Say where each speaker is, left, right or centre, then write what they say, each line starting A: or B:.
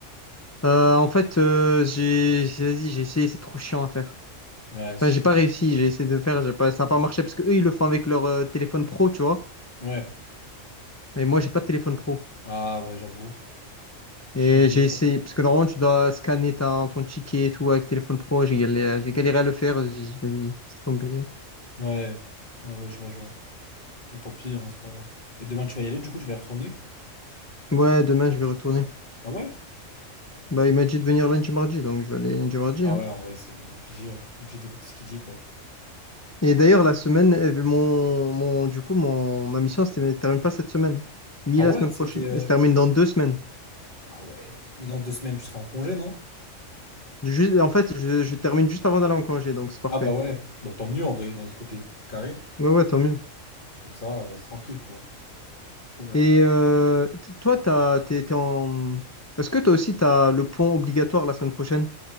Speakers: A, on the left (about 20°); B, on the left (about 40°).
A: Euh, en fait, euh, j'ai, j'ai, vas-y, j'ai essayé, c'est trop chiant à faire.
B: Ouais, c'est
A: Enfin,
B: chiant.
A: j'ai pas réussi, j'ai essayé de faire, j'ai pas, ça a pas marché parce que eux, ils le font avec leur euh, téléphone pro, tu vois.
B: Ouais.
A: Et moi, j'ai pas de téléphone pro.
B: Ah ouais, j'avoue. Chiant
A: Et
B: de
A: j'ai
B: ouf,
A: essayé,
B: quand
A: parce que normalement, tu dois scanner ta, ton ticket et tout avec téléphone pro. J'ai galéré, j'ai galéré à le faire. J'ai dit, vas-y, c'est tombé.
B: même. Ouais. Ouais, ouais, je vois, je vois. Bon, tant pis, hein, c'est pas grave. Et demain, tu vas y aller, du coup, tu vas y retourner?
A: Ouais, demain, je vais retourner.
B: Ah ouais?
A: Bah, il m'a dit de venir lundi, mardi, donc je vais aller lundi, mardi.
B: Ah
A: hein.
B: ouais, en vrai, c'est obligé, hein. Obligé d'écouter ce qu'il dit, quoi.
A: Et d'ailleurs, la semaine, elle- mon, mon, du coup, mon, ma mission, c'était- elle ne termine pas cette semaine, ni
B: Ah
A: la
B: ouais,
A: semaine
B: c'était...
A: prochaine.
B: euh,
A: Elle se termine dans deux semaines.
B: Ah ouais. Mais dans deux semaines, tu seras en congé, non?
A: Juste, en fait, je, je termine juste avant d'aller en congé, donc c'est parfait.
B: Ah bah ouais. Bah tant mieux, en vrai, d'un autre côté. C'est carré.
A: Ouais, ouais, tant mieux.
B: Comme ça, euh, c'est tranquille, quoi. Trop bien.
A: Et euh, t- toi, t'as, t'es, t'es en... Est-ce que toi aussi, t'as le point obligatoire la semaine prochaine?